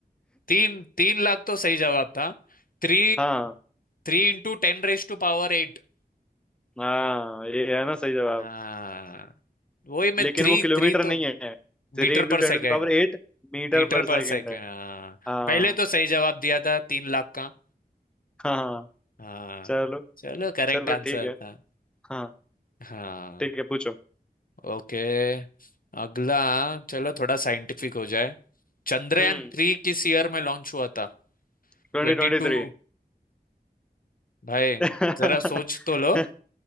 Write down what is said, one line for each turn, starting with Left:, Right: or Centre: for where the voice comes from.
Left: तीन तीन लाख तो सही जवाब था Three
Centre: हाँ
Left: three into ten raise to power eight
Centre: हाँ ये है ना सही जवाब
Left: हाँ वही मैं
Centre: लेकिन
Left: थ्री
Centre: वो किलोमीटर
Left: थ्री तो
Centre: नहीं है three
Left: Metre
Centre: into
Left: per second
Centre: ten to the power eight metre
Left: Metre
Centre: पर
Left: per
Centre: सेकंड
Left: second
Centre: है
Left: हाँ
Centre: हाँ
Left: पहले तो सही जवाब दिया था तीन लाख का
Centre: हाँ हाँ,
Left: हाँ
Centre: चलो
Left: चलो करेक्ट
Centre: चलो
Left: आंसर
Centre: ठीक है
Left: था
Centre: हाँ
Left: हाँ
Centre: ठीक है पूछो
Left: ओके अगला चलो थोड़ा साइंटिफिक हो जाए चंद्रयान
Centre: हम्म
Left: थ्री किस ईयर में लॉन्च हुआ था
Centre: ट्वेंटी
Left: ट्वेंटी
Centre: ट्वेंटी
Left: टू
Centre: थ्री
Left: भाई
Centre: <laughs>
Left: जरा सोच
Centre: हाँ
Left: तो लो